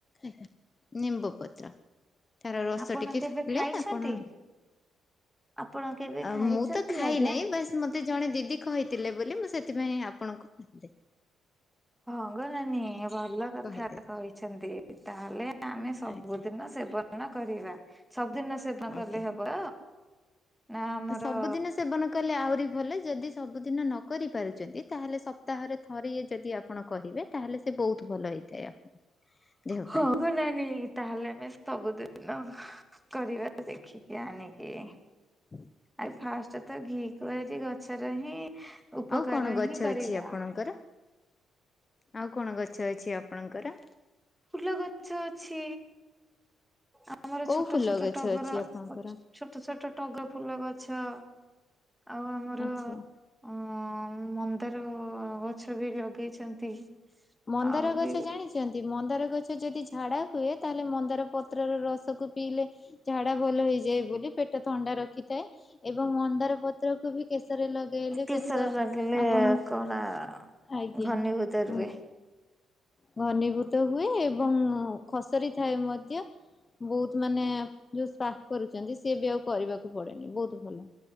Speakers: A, on the left (about 30°); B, in the centre.
A: <inaudible> ନିମ୍ବ ପତ୍ର। ତାର ରସ
B: ଆପଣ
A: ଟିକେ
B: କେବେ
A: ଖାଇଲେ
B: ଖାଇଛନ୍ତି?
A: ଆପଣ
B: ଆପଣ କେବେ
A: ଆ
B: ଖାଇଛନ୍ତି
A: ମୁଁ ତ ଖାଇନାହିଁ
B: ଆଜ୍ଞା?
A: ବାସ୍ ମତେ ଜଣେ ଦିଦି କହିଥିଲେ ବୋଲି ମୁଁ ସେଥିପାଇଁ ଆପଣଙ୍କୁ
B: ହଁ ଗୋ ନାନୀ ଭଲ କଥା
A: କହିଦେଲି
B: କହିଛନ୍ତି ତାହେଲେ ଆମେ ସବୁଦିନ
A: ଆଜ୍ଞା
B: ସେବନ କରିବା ସବୁଦିନ ସେବନ
A: ଆଜ୍ଞା।
B: କଲେ ହବ। ନା ଆମର
A: ସବୁଦିନ ସେବନ କଲେ ଆହୁରି ଭଲ ଯଦି ସବୁଦିନ ନ କରିପାରୁଛନ୍ତି ତା ହେଲେ ସପ୍ତାହରେ ଥରେ ଏକଯଦି ଆପଣ କରିବେ। ତାହେଲେ ସେ ବହୁତ ଭଲ ହେଇଥାଏ ଆପଣ ଦେହ
B: ହଗୋ
A: ପାଇଁ
B: ନାନି ତାହେଲେ ଆମେ ସବୁଦିନ କରିବା ଦେଖିକି ଆଣିକି।
A: ହୁଁ <inaudible>
B: ଆଉ ଫାଷ୍ଟ ତ ଘିକୁଆଁରୀ ଗଛର ହିଁ ଉପକାର
A: ଆଉ କଣ ଗଛ
B: ହିଁ କରିବା।
A: ଅଛି ଆପଣଙ୍କର? ଆଉ କଣ ଗଛ ଅଛି ଆପଣଙ୍କର?
B: ଫୁଲ ଗଛ ଅଛି ଆମର
A: କୋଉ
B: ଛୋଟ
A: ଫୁଲ
B: ଛୋଟ
A: ଗଛ
B: ଟଗର
A: ଅଛି ଆପଣଙ୍କର?
B: ଛୋଟ ଛୋଟ ଟଗା ଫୁଲ ଗଛ ଆଉ ଆମର
A: ଆଚ୍ଛା।
B: ଅ ମନ୍ଦାର ଗଛ ବି ଲଗେଇଛନ୍ତି।
A: ମନ୍ଦାର
B: ଆଉ
A: ଗଛ
B: ବି
A: ଜାଣିଛନ୍ତି ମନ୍ଦାର ଗଛ ଯଦି ଝାଡ଼ା ହୁଏ ତାହେଲେ ମନ୍ଦାର ପତ୍ରର ରସକୁ ପିଇଲେ ଝାଡା ଭଲ ହେଇଯାଏ ବୋଲି ପେଟ ଥଣ୍ଡା ରଖିଥାଏ। ଏବଂ ମନ୍ଦାର ପତ୍ରକୁ ବି କେଶରେ ଲଗ ପେଇଲେ
B: କେଶର
A: କେଶ
B: ଲଗେଇଲେ
A: ଆପଣ
B: କଳା
A: ଆଜ୍ଞା
B: ଘନୀଭୂତ
A: ହୁଁ।
B: ରୁହେ।
A: ଘନୀଭୂତ ହୁଏ ଏବଂ ଖସରି ଥାଏ ମଧ୍ୟ। ବହୁତ ମାନେ ଯୋଉ ସ୍ପା କରୁଛନ୍ତି ସିଏ ବି ଆଉ କରିବାକୁ ପଡେନି ବହୁତ ଭଲ।